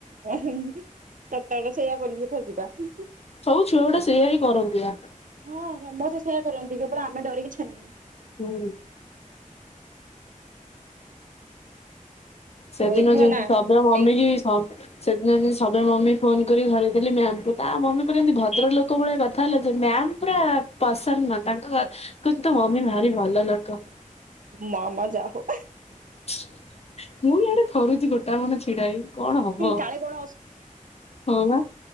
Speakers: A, on the right (about 70°); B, on the left (about 50°).
A: ଓ ହେଇ ସତ କଥା ସେଇଆ କରିକି ଏଥରକ ଯିବା।
B: ସବୁ ଛୁଆ ଗୁଡା ସେଇଆ ହିଁ କରନ୍ତିଆ।
A: ହଁ ସମସ୍ତେ ସେଇଆ କରନ୍ତି କେବଳ ଆମେ ଡରିକି ଛାନିଆ।
B: ହୁଁ। ସେଦିନ
A: ଏଥର
B: ଯେମତି
A: ନା
B: ଶବ୍ୟ ମମି
A: ଏଇ
B: କିି ସବ ସେଦିନ ସବବେ ମମି ଫୋନ କରି ଧରାଇଦେଲି ମାମଙ୍କୁ ତା ମମି କମି ଭଦ୍ର ଲୋକ ଭଳିଆ କଥା। ତା ଯେ ମ୍ୟାାମ ପୁରା ପସନ୍ଦ ନା ତାଙ୍କ କିନ୍ତୁ ତ ମମି ଭାରି ଭଲ ଲୋକ।
A: ମାମା ଯା ହଉ।
B: <unintelligible> ମୁଁ ଆଆଡେ ଥରୁଛି ଗୋଟାମଣ ଛିଡାାଇ କଣ ହବ
A: କାଳେ କଣ
B: ହଁ ବା।